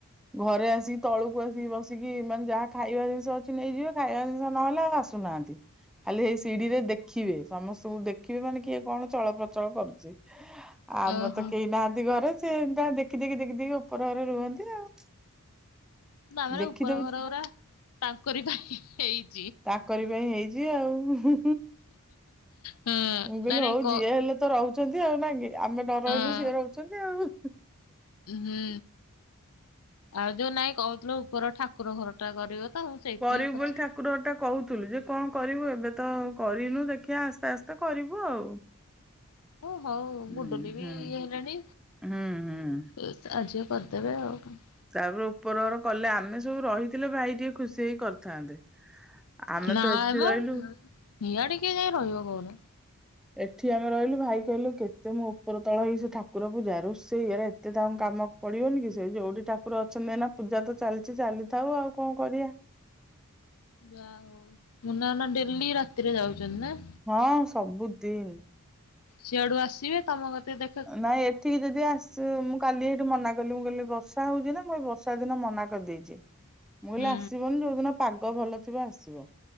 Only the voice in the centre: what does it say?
ଘରେ ଆସିକି ତଳକୁ ଆସିକି ବସିକି, ମାନେ ଯାହା ଖାଇବା ଜିନିଷ ଅଛି ନେଇଯିବେ। ଖାଇବା ଜିନିଷ ନହେଲା ଆଉ, ଆ ତୁ ବାନ୍ଧେ। ଖାଲି ଏଇ ସିଡ଼ିରେ ଦେଖିବେ, ସମସ୍ତଙ୍କୁ ଦେଖିବେ ମାନେ କିଏ କଣ ଚଳପ୍ରଚଳ କରୁଚି। ଆଉ ଆମର
ତ କେହି ନାହାଁନ୍ତି ଘରେ, ସେ ତା ଦେଖି ଦେଖି, ଦେଖି ଦେଖି, ଉପର ଘରେ ରୁହନ୍ତି ଆଉ।
ଦେଖିଦବୁ
ତାଙ୍କରି ପାଇଁ ହେଇଛି ଆଉ। ମୁଁ
କହିଲି
ହଉ
ଯିଏ ହେଲେ ତ ରହୁ ଛନ୍ତି ଆଉ ନାଁ କି? ଆମେ ନରହିଲୁ
ସିଏ ରହୁଛନ୍ତି ଆଉ।
କରିବୁ
ବୋଲି ଠାକୁର ଟା କହୁଥିଲୁ, ଯେ କଣ କରିବୁ ଏବେ ତ କରିନୁ ଦେଖିବା ଆସ୍ତେ ଆସ୍ତେ। ତ କରିବୁ ଆଉ।
ହୁଁ
ହୁଁ
ହୁଁ ହୁଁ।
ତାପରେ ଉପର ଘର କଲେ, ଆମେ ସବୁ ରହିଥିଲେ ଭାଇ ଟିକେ ଖୁସି ହେଇ କରିଥାନ୍ତେ। ଆମେ
ତ ଏଠି
ରହିଲୁ।
ଏଠି ଆମେ ରହିଲୁ, ଭାଇ କହିଲୁ କେ ସେ ମୁଁ ଉପର ତଳ ହେଇ, ସେ ଠାକୁର ପୂଯା ରୋଷେଇ, ଏରା ଏତେ ଦାଉଁ କାମ ପଡ଼ିବନି କି? ସେ ଯୋଉଠି ଠାକୁ ଠାକୁର ଅଛନ୍ତି ଏନା, ପୂଜା ତ ଚାଲିଚି ଚାଲିଥାଉ ଆଉ କଣ କରିଆ।
ହଁ ସବୁଦିନ୍।
ନାଇଁ ଏଠିକି ଯଦି ଆସ୍‌ ସେ ମୁଁ କାଲି ଏଇଠୁ ମନା କଲିି, ମୁଁ କହିଲି ବର୍ଷା ହଉଛି ନାଁ, ମୁଁ ଏଇ ବର୍ଷା ଦିନ ମନା କରିଦେଇଛି। ମୁଁ କହିଲି
ଆସିବନି, ଯୋଉଦିନ ପାଗ ଭଲ ଥିବ ଆସିବ।